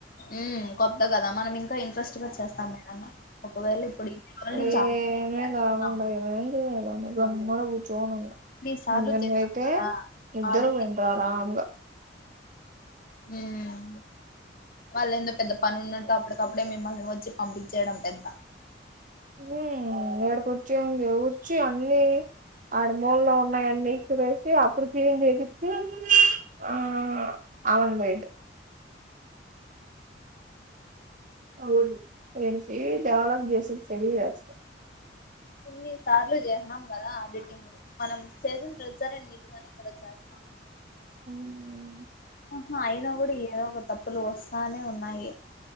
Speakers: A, on the left; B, on the right.
A: ఉ కొత్త కదా మనం ఇంకా ఇంట్రెస్ట్
B: ఉ
A: గా చేస్తాం ఏదన్నా ఒకవేళ ఇప్పుడు ఇన్ని రోజుల
B: అడ
A: నుంచి
B: ఏమేల
A: ఆడిటింగ్ చేస్తున్నాము
B: ఉండదు ఏంచేయాలానే గమ్ముడా కూర్చొని
A: ఇన్ని సార్లు
B: ఏమన్నైయితే
A: చేసాం కదా
B: ఇద్దరు
A: ఆడిటింగ్
B: పోయుంటారు ఆరాంగా.
A: ఉమ్. వాళ్ళు ఎందోపెద్ద పని ఉన్నట్టు అప్పటికప్పుడే మిమ్మల్ని వచ్చి పంపించేయడం పెద్ద.
B: ఏ ఈడికి వచ్చింది వచ్చి అన్ని. ఆడ మూలలో ఉన్నాయి అన్ని విసిరేసి అప్పుడు క్లీన్ చేపించి ఆహ్. అవును బేట్. అవును ఏసి డెవలప్ చేసి సరిచేస్త
A: ఇన్ని సార్లు చేసిన్నాం కదా ఆడిటింగ్ మనం చేసిన ప్రతిసారి. ఉటిగానే కదా చేస్తా ఉన్నాము.
B: అవును.
A: ఆహా అయినా కూడా ఏదో ఒక తప్పులు వస్తానే ఉన్నాయి.